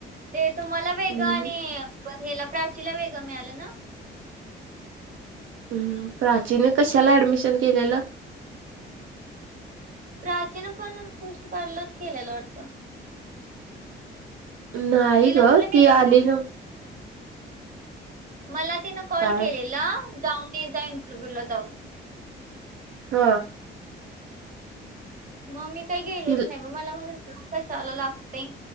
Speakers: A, on the right; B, on the right.
A: ते तुम्हाला वेगं
B: हम्म
A: आणि पण हला प्राचीला वेगळं मिळालं ना
B: हम् प्राचीन कशाला ऍडमिशन केलेलं
A: प्राचीन पण पुष्ठपाडलंच केलेलं होतं
B: नाही
A: तिला
B: ग
A: कुठलं
B: ती
A: वेगळं
B: आली
A: नाही.
B: ग
A: गरज. मला तिनं कॉल
B: काय
A: केलेला जाऊन जा इंटरव्ह्यू ला जाऊन
B: हा
A: मग मी काही गेलोच
B: ती
A: नाही म मला म्ह त कशाला लागतय